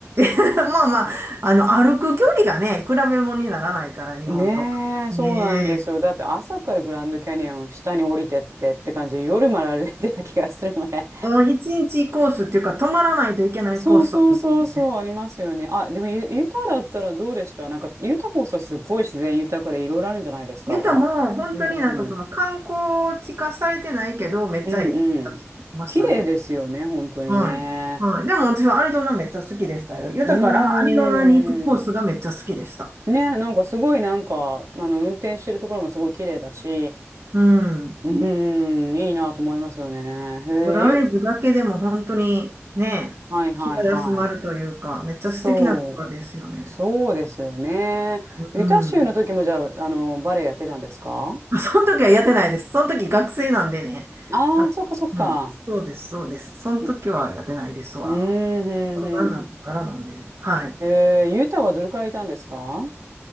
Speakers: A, on the right (about 60°); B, on the right (about 80°).
A: <laughs> まあまあ、あの、歩く距離がね、比べ物にならないから、日本と。
B: ねえ、
A: ね
B: そうなんですよ。
A: え。
B: だって朝からグランドキャニオン下に降りてってって感じで、夜まで歩いてた気がするので
A: もう一日コースっていうか、泊まらないといけないコースとかですよね。
B: そうそうそうそう、ありますよね。あ、でもユ、ユタだったらどうでしたなんか、ユタ放送すごい自然豊かでいろいろあるんじゃないですかうんうん。
A: 言ったらもう、本当になんかその観光地化されてないけど、めっちゃいいとこだと思いましたね。
B: うんうん。綺麗ですよね、本当にね。
A: はい。はい。でも私はアリゾナめっちゃ好きでしたよ。豊からアリゾナに行くコースがめっちゃ好きでした。
B: うーん。ね、なんかすごいなんか、あの、運転してるところもすごい綺麗だし、
A: うん。
B: うーん、いいなと思いますよね。へえ、
A: ライブだけでも本当にね、
B: ゆ、はいはいはい。
A: 気が休まるというか、めっちゃ素敵なところですよね。
B: そう、そうですよね。
A: うん。
B: ユタ州の時もじゃあ、あの、バレエやってたんですか
A: <laughs> あその時はやってないです。その時学生なんでね。
B: ああ、
A: あ、
B: そっかそっか。
A: うん、そうです、そうです。その時はやってないですわ。
B: ううーん、うん、
A: 大人になってからなんでね。
B: うん。
A: はい。
B: えー、ユタはどれくらいいたんですか